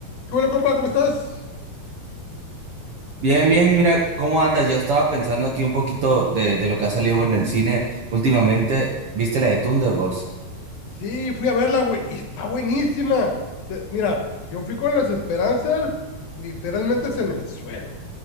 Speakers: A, on the left; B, on the right.
A: ¿Qué bueno, compa? ¿Cómo estás?
B: Bien, bien, mira, ¿cómo andas? Yo estaba pensando aquí un poquito de, de lo que ha salido en el cine últimamente. ¿Viste la de Thunderbolts?
A: Sí, fui a verla, güey, y está buenísima. Te- mira, yo fui con las esperanzas literalmente en el suelo.